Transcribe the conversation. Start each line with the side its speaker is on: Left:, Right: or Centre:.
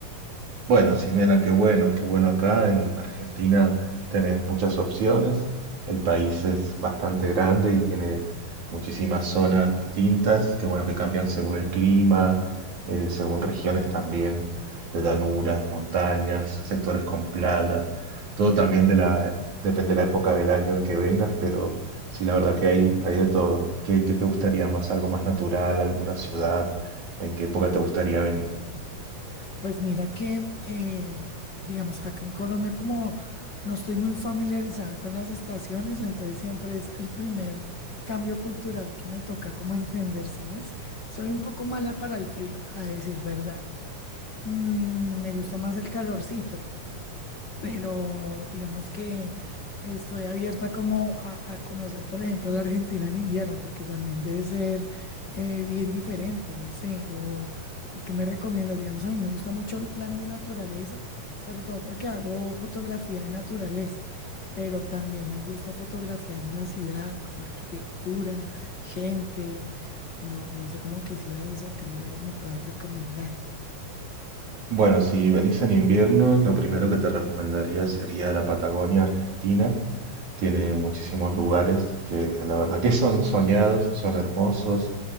Right: Bueno, Ximena, qué bueno, qué bueno acá en Argentina tenés muchas opciones. El país es bastante grande y tiene muchísimas zonas distintas, qué bueno que cambian según el clima, eh, según regiones también, de llanuras, de montañas, sectores con playa. Todo también de la, depende de la época del año en que vengas, pero sí, la verdad que hay, hay de todo. ¿Qué, qué te gustaría más? ¿Algo más natural? ¿Alguna ciudad? ¿En qué época te gustaría venir?
Left: Pues mira que, eh, digamos, acá en Colombia como no estoy muy familiarizada con las estaciones, entonces siempre es el primer cambio cultural que me toca como entender, ¿sabes? Soy un poco mala para el frío, a decir verdad. Mm, me gusta más el calorcito, pero digamos que estoy abierta como a, a conocer, por ejemplo, la Argentina en invierno, porque también debe ser eh, bien diferente, no sé, o ¿qué me recomiendas? Digamos, a mí me gusta mucho el plan de naturaleza, sobre todo porque hago fotografía de naturaleza. Pero también me gusta fotografiar en la ciudad, como arquitectura, gente, no, no sé cómo qué ciudades o qué lugares me puedes recomendar.
Right: Bueno, si venís en invierno, lo primero que te recomendaría sería la Patagonia Argentina, tiene muchísimos lugares que la verdad que son soñados, son hermosos,